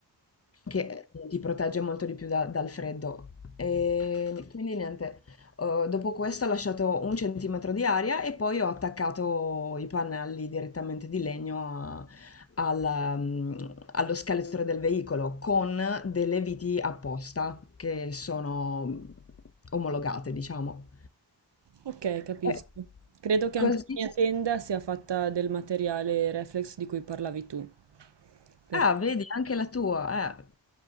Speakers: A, on the left; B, on the right.
A: Che, mhmm, ti protegge molto di più da dal freddo. Ehm, quindi niente, uhm, dopo questo ho lasciato 1 centimetro di aria e poi ho attaccato i pannelli direttamente di legno a alla mhmm, allo scheletro del veicolo con delle viti apposta che sono omologate, diciamo.
B: Ok, capisco.
A: Eh,
B: Credo che
A: così
B: anche la mia tenda sia fatta del materiale reflex di cui parlavi tu. perché-
A: Ah, vedi, anche la tua. Eh.